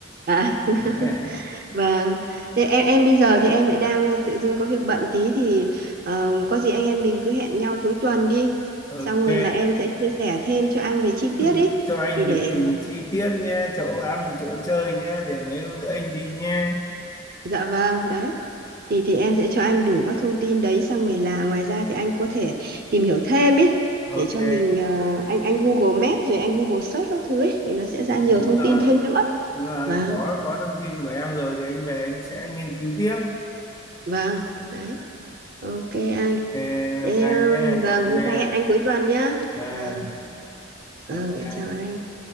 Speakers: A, on the right (about 50°); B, on the left (about 20°).
A: à, <laughs>
B: <laughs>
A: vâng Thế em em bây giờ thì em lại đang tự dưng có việc bận tí thì ờm, có gì anh em mình cứ hẹn nhau cuối tuần đi
B: Ok,
A: xong rồi là em sẽ chia sẻ thêm cho anh về chi tiết
B: Xong mình
A: ý
B: cho anh
A: thì để
B: lịch trình chi tiết nhé, chỗ ăn, chỗ chơi nhé, để mấy hôm nữa anh đi nhé.
A: Dạ vâng, đấy. Thì thì em sẽ cho anh đủ các thông tin đấy xong rồi là ngoài ra thì anh có thể tìm hiểu thêm ý
B: Ok,
A: để cho mình ờ, anh anh Google Maps rồi anh Google search các thứ ấy thì nó sẽ ra
B: đúng
A: nhiều thông
B: rồi.
A: tin thêm nữa.
B: Đúng rồi,
A: Vâng,
B: có có thông tin của em rồi thì anh về anh sẽ nghiên cứu tiếp.
A: vâng, đấy. Ok anh.
B: Ok, bye
A: Thế
B: bye
A: um,
B: nhé, cảm
A: vâng,
B: ơn
A: hôm
B: em.
A: nay hẹn anh cuối tuần nhá.
B: À,
A: Vâng,
B: bye
A: vâng,
B: bye.
A: em chào anh.